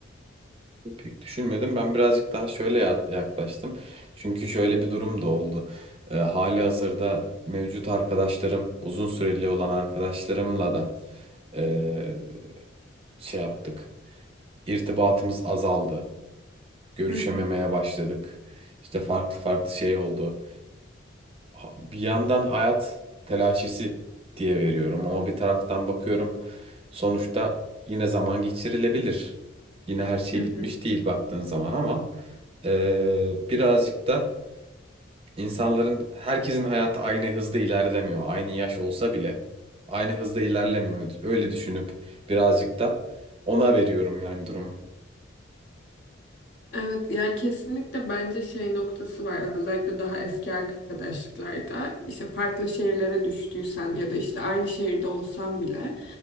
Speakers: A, on the right (about 30°); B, on the left (about 60°).
A: Pek düşünmedim. Ben birazcık daha şöyle ya- yaklaştım. Çünkü şöyle bir durum da oldu. Ee, hali hazırda mevcut arkadaşlarım, uzun süreli olan arkadaşlarımla da e, şey yaptık. İrtibatımız azaldı. Görüşememeye
B: Hı hı.
A: başladık. İşte farklı farklı şey oldu. ha- bir yandan hayat telaşesi diye veriyorum ama bir taraftan bakıyorum sonuçta yine zaman geçirilebilir. Yine her şey
B: Hı
A: bitmiş
B: hı.
A: değil baktığın zaman ama eee, birazcık da insanların herkesin hayatı aynı hızda ilerlemiyor. Aynı yaş olsa bile aynı hızda ilerlemiyor. Öyle düşünüp birazcık da ona veriyorum yani durumu.
B: Evet yani kesinlikle bence şey noktası var özellikle daha eski arkadaşlıklarda işte farklı şehirlere düştüysen ya da işte aynı şehirde olsan bile